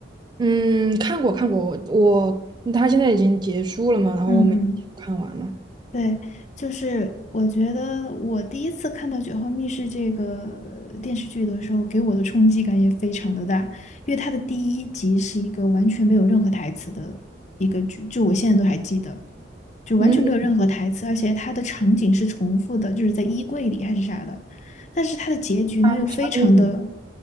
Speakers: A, on the right; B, on the left.
A: 嗯，看过看过，我他现在已经结束了嘛，然后我们看完了。
B: 嗯嗯，对，就是我觉得我第一次看到《九号密室》这个呃电视剧的时候，给我的冲击感也非常的大，因为它的第一集是一个完全没有任何台词的一个剧，就我现在都还记得，就完全没有任何台词，
A: 嗯，
B: 而且它的场景是重复的，就是在衣柜里还是啥的，但是它的结局呢又非常的
A: 他刷屏